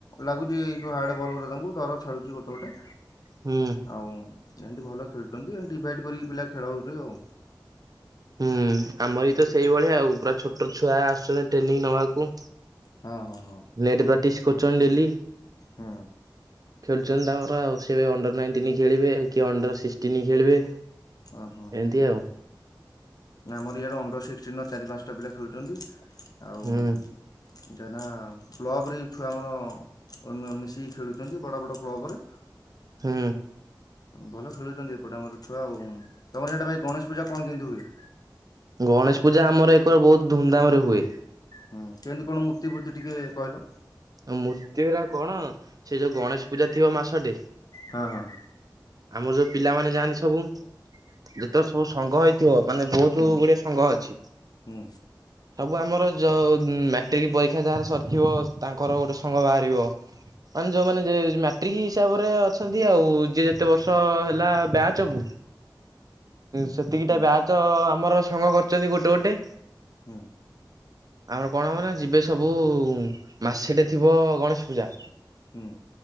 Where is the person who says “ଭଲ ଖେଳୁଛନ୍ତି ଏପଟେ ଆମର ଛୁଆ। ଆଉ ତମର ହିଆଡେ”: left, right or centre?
Left